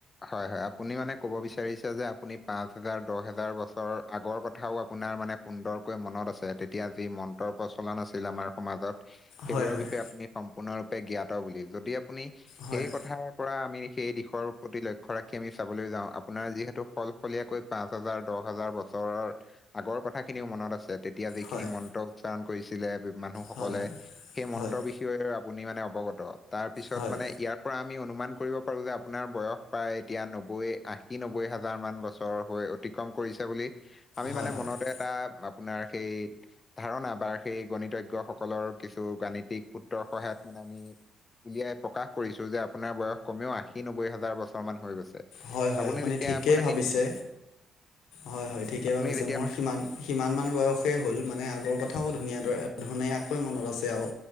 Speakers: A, on the left; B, on the left.
A: হয়, হয়। আপুনি মানে ক'ব বিচাৰিছে যে আপুনি পাঁচ হাজাৰ, দহ হেজাৰ বছৰ আগৰ কথাও আপোনাৰ মানে সুন্দৰকৈ মনত আছে তেতিয়া যি মন্ত্ৰ প্ৰচলন আছিল আমাৰ সমাজত। সেইবোৰৰ
B: হয় হয়
A: বিষয়ে আপুনি সম্পূৰ্ণৰূপে জ্ঞাত বুলি। যদি আপুনি
B: হয়
A: সেই কথা পৰা আমি সেই দিশৰ প্ৰতি লক্ষ্য ৰাখি আমি চাবলৈ যাওঁ আপোনাৰ যিহেতু সলফলীয়াকৈ পাঁচ হাজাৰ, দহ হাজাৰ বছৰৰ আগৰ কথাখিনিও মনত আছে তেতিয়া যিখিনি
B: হয়
A: মন্ত্ৰ উচ্চাৰণ কৰিছিলে মানুহসকলে
B: হয় হয়
A: সেই মন্ত্ৰৰ
B: হয়
A: বিষ- আপুনি মানে অৱগত তাৰ পিছত
B: হয়
A: মানে ইয়াক- পৰা আমি অনুমান কৰিব পাৰো যে আপোনাৰ বয়স প্ৰায় এতিয়া নব্বৈ আশী নব্বৈ হাজাৰ মান বছৰ হৈ। অতিক্ৰম কৰিছে বুলি- আমি
B: হয়
A: মানে
B: হয়
A: মনতে এটা আপোনাৰ সেই ধাৰণা বা সেই গণিতজ্ঞই সক- সকলৰ কিছু গাণিতিক সূত্ৰৰ সহায়ত মানে আমি উলিয়াই। কৰিছো যে আপোনাৰ বয়স কমেও আশী নব্বৈ হাজাৰ বছৰ মান হৈ গৈছে।
B: হয় হয় আপুনি
A: যেতিয়া
B: ঠিকেই
A: আপোনাৰ
B: ভাবিছে হয় হয় ঠিকেই
A: আপুনি
B: ভাবিছে
A: যেতিয়া
B: মোৰ সিমান- সিমান মান বয়সেই হ'ল মানে আগৰ কথাও ধুনীয়া দৰে ধুনীয়াকৈ মনত আছে আৰু।